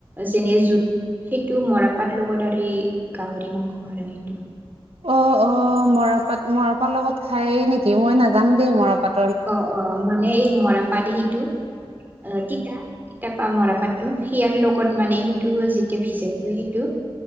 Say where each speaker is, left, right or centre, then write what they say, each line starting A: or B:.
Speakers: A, on the right; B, on the right.
A: যেনে যোত সেইটো মৰাপাত লগত আৰু এই গাহৰি মাংস আৰু সেইটো
B: অ' অ' মৰাপাট মৰাপাটৰ লগত খায় নেকি মই নাজানো দেই মৰাপাট
A: অ' অ' মানে এই মৰাপাট সিটো অ' তিতা এতিয়া পা মৰাপাততো সিয়াৰ লগত মানে সেইটো যেতিয়া ভিজাই থৈ সেইটো